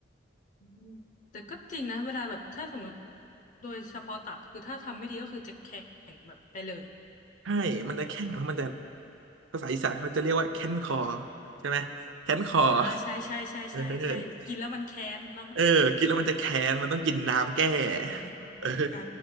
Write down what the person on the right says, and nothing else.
ใช่มันจะแข็งแล้วมันจะภาษาอีสานเขาจะเรียกว่าแค้นคอใช่ไหมแค้นคอ
เออเออกินแล้วมันจะแค้นมันต้องกินน้ำแก้
เออ